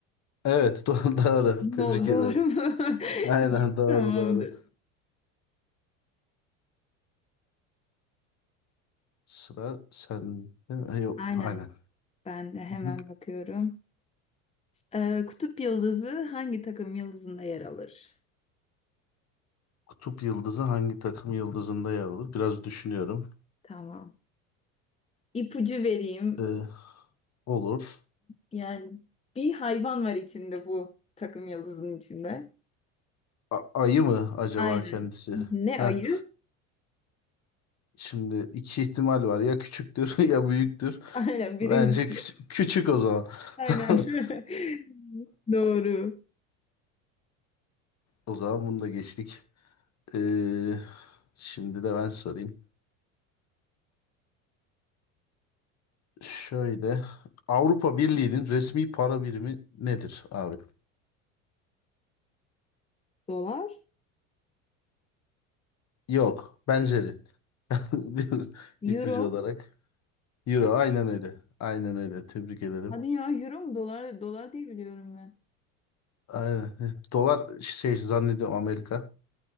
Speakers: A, on the left; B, on the left.
A: Evet, <laughs> do- doğru.
B: No,
A: Tebrik
B: doğru
A: ederim.
B: mu? <laughs>
A: Aynen
B: İyi,
A: doğru
B: tamamdır.
A: doğru. Sıra sen Yok,
B: Aynen.
A: aynen.
B: Ben de hemen
A: Hı.
B: bakıyorum. Ee, kutup yıldızı hangi takım yıldızında yer alır?
A: Kutup yıldızı hangi takım yıldızında yer alır? Biraz düşünüyorum.
B: Tamam. İpucu vereyim.
A: Ee, olur.
B: Yani bir hayvan var içinde bu takım yıldızın içinde.
A: A- ayı mı acaba
B: Aynen.
A: kendisi?
B: Ne
A: Heh.
B: ayı?
A: Şimdi iki ihtimal var. Ya küçüktür <laughs> ya büyüktür.
B: <laughs> Aynen birinci.
A: Bence küç- küçük o zaman.
B: Aynen.
A: <laughs>
B: <laughs> Doğru.
A: O zaman bunu da geçtik. Ee, şimdi de ben sorayım. Şöyle Avrupa Birliği'nin resmi para birimi nedir abi?
B: Dolar?
A: Yok, benzeri. <laughs> İpucu
B: Euro?
A: olarak. Euro aynen öyle. Aynen öyle. Tebrik ederim.
B: Hadi ya euro mu? Dolar, dolar diye biliyorum ben.
A: Aynen. eh, Dolar şey zannediyorum Amerika.